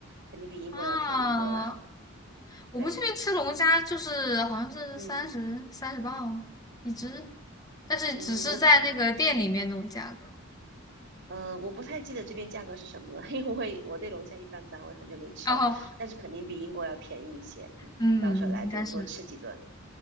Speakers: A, on the right; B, on the left.
A: 肯定比英国要便宜多了。
B: 啊我们这边吃龙虾就是好像是三十三十磅一只，
A: 对，嗯
B: 但是只是在那个店里面那种价格。
A: 嗯，我不是呃，我不太记得这边价格是什么了，因为我对龙虾一般般，我也很久没吃了，
B: 然后，
A: 但是肯定比英国要便宜一些。你你到时候来就多吃几顿。
B: 嗯，应该是